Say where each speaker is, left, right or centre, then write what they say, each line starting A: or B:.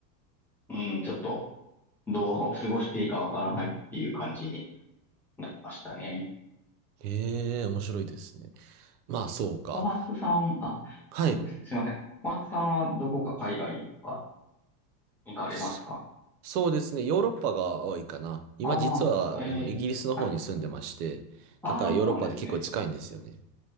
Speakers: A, in the centre; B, on the right (about 65°).
A: うん、ちょっと、どう過ごしていいかわからないっていう感じになりましたね。
B: ええ、面白いですね。まあ、そうか。
A: 小初さん、あ、
B: はい。
A: そうですね。すいません。小初さんはどこか海外とか行かれますか
B: そそうですね。ヨーロッパが多いかな。今実は、
A: ああ、えー、
B: あの、イギリスの方に住んでまして、
A: はい。ああ、
B: だからヨーロッパで結構近いんですよね。
A: そうなんですね。